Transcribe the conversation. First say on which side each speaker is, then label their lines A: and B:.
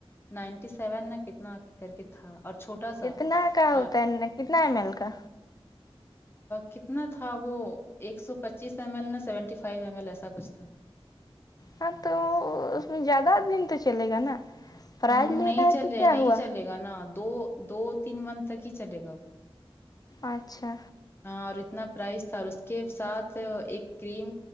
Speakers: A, on the left (about 25°); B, on the left (about 40°).
A: نائنٹی سیون نا کتنا کر کے تھا اور چھوٹا
B: کتنا
A: سا
B: کا ہوتا
A: اور
B: ہے کتنا ایم ایل کا
A: کتنا تھا وہ ایک سو پچیس ایم ایل نہا سیونٹی فائیو ایم ایل ایسا کچھ تھا
B: ہاں تو اس میں زیادہ دن تو چلے گا نا پرائز
A: ہ
B: لے
A: نہیں
B: رہا ہے
A: چلے
B: تو کیا
A: نہیں
B: ہوا
A: چلے گا نا دو دو تین منتھ تک ہی چلے گا وہ
B: اچھا
A: ہاں اور اتنا پرائز تھا اور اس کے ساتھ ایک کریم